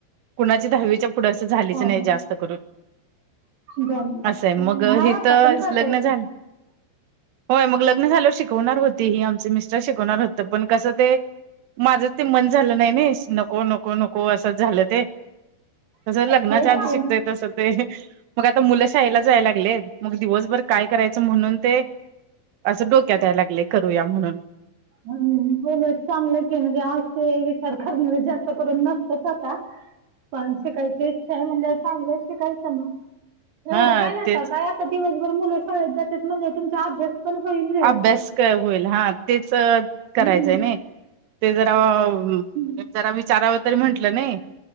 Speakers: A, on the right; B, on the right.
A: कुणाची दहावीच्या पुढे अस झालीच
B: हो,
A: नाही.
B: हो.
A: जास्त करून,
B: जमलं.
A: असं आहे. मग
B: नाही
A: हितं
B: आता पण करता
A: लग्न
B: येतंय.
A: झालं. होय. मग लग्न झाल्यावर शिकवणार होती ह आमचे मिस्टर शिकवणार होत पण कसं ते, माझं ते मन झालं नाही ना. नको, नको, नको असं झालं ते कसं लग्न
B: होय
A: च्या
B: की.
A: आधी शिकतोय. तस ते, मग आता मुलं शाळेला जाय लागलेत मग दिवसभर काय करायचं म्हणून ते, असं डोक्यात यायला लागले करूया म्हणून.
B: हम् हो ना चांगलं की म्हणजे आज ते विचार करनारे जास्त करून नसतच आता.
A: ह <inaudible>
B: पण शिकायची इच्छा आहे म्हटल्यावर. चांगल शिकायचं मग एवढं
A: हा
B: काय नस
A: तेच
B: काय दिवसभर मुले शाळेत जात्यात म्हणलावर तुमच अभ्यास. पण होईल व्यवस्थित.
A: अभ्यास क होईल हा तेच करायचंय
B: हं.
A: नाही. ते जरा म्ह
B: हं.
A: जरा विचाराव तरी म्हंटलं नाही.